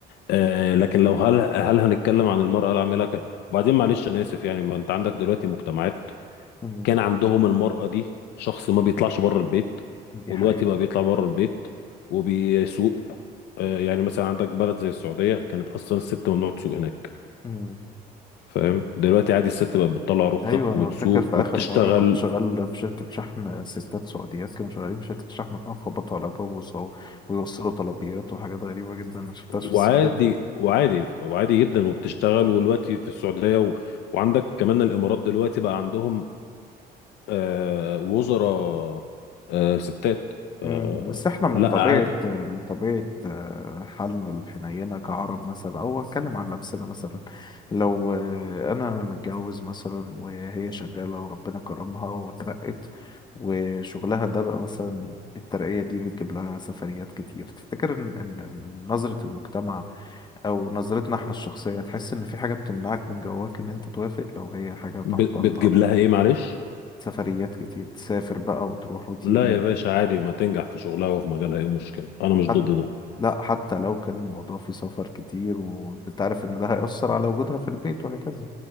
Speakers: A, on the left; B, on the left.
A: أه لكن لو هل هل هنتكلم عن المراه العامله ك... وبعدين معلش انا اسف يعني ما انت عندك دلوقتي مجتمعات
B: امم
A: كان عندهم المرأة دي شخص ما بيطلعش بره البيت
B: دي
A: والوقت
B: حقيقة
A: بقى بيطلع بره البيت وبيسوق آه، يعني مثلا عندك بلد زي السعودية كانت أصلا الست ممنوع تسوق هناك
B: امم
A: فاهم دلوقتي عادي الست بقت بتطلع رخصة
B: ايوه انا
A: وبتسوق
B: فاكر في
A: وبتشتغل
B: اخر مره كنت شغال في شركه شحن ستات سعوديات كانوا شغالين في شركه شحن بيروحوا خبطوا على باب وصو ويوصلوا طلبيات وحاجات غريبه جدا ما شفتهاش
A: وعادي
B: في السعوديه
A: وعادي وعادي جدا وبتشتغل والوقت في السعودية و... وعندك كمان الإمارات دلوقتي بقى عندهم آه، وزراء آه، ستات
B: امم
A: آه،
B: بس احنا من
A: لا
B: طبيعه
A: عادي
B: من طبيعه آه، حالنا الحنينه كعرب مثلا او اتكلم عن نفسنا مثلا لو آه، انا متجوز مثلا وهي شغاله وربنا كرمها وترقت وشغلها ده بقى مثلا الترقية دي بتجيب لها سفريات كتير تفتكر إن إن- إن نظرة المجتمع او نظرتنا احنا الشخصية تحس ان في حاجة بتمنعك من جواك ان انت توافق لو هي حاجة تعطلها
A: ب- بتجيب
B: أو
A: لها إيه معلش
B: سفريات كتير تسافر بقى وتروح وتيجي
A: لا يا
B: و...
A: باشا عادي ما تنجح في شغلها وفي مجالها ايه المشكلة انا مش
B: حتى
A: ضد ده
B: لا حتى لو كان الموضوع فيه سفر كتير وانت عارف ان ده هيأثر على وجودها في البيت وهكذا